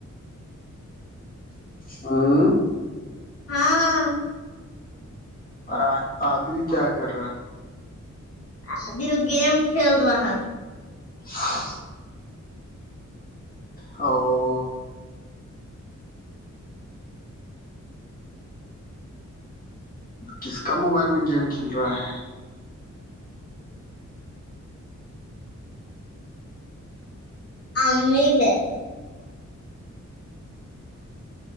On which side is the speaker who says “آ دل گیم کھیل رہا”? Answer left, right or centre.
Left